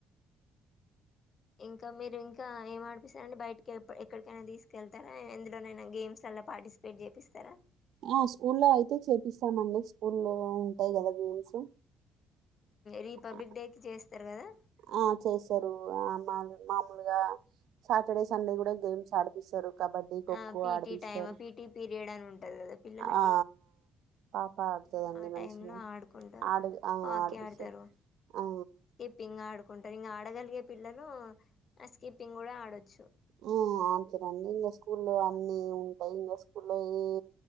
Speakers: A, on the left (about 40°); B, on the right (about 65°).
A: ఇంకా మీరు ఇంకా ఏం ఆడిపిస్తారంటే బయటకి ఎక్కడికైనా తీసుకెళ్తారా ఎందులోనైనా గేమ్స్ అలా పార్టిసిపేట్ చేపిస్తారా
B: ఆ స్కూల్లో అయితే చేపిస్తామండి స్కూల్లో ఉంటాయి కదా గేమ్స్
A: రిపబ్లిక్
B: ఆ
A: డేకిి చేస్తారు కదా
B: ఆ చేస్తారు ఆ మా మామూలుగా సాటర్డే సండే కూడా గేమ్స్ ఆడిపిస్తారు కబడ్డీ ఖోఖో
A: ఆ పీటి
B: ఆడిపిస్తారు
A: టైమ్ పీటి పీరియడ్ అని ఉంటది, కదా పిల్లలకి
B: ఆ పాప ఆడుతదండి
A: మ్ ఆ
B: మంచిగా
A: టైం లో ఆడుకుంటారు.
B: ఆడు ఆ
A: హాకీ
B: ఆడిపిస్తారు
A: ఆడతారు,
B: ఆ
A: స్కిప్పింగ్ ఆడు కుంటరు ఇంగా ఆడగలిగే పిల్లలు ఆ స్కీప్పింగ్ కూడా ఆడొచ్చు
B: మ్మ్ అంతేనండి ఇంగ స్కూల్లో అన్ని ఉంటాయి ఇంగు స్కూల్లో ఏ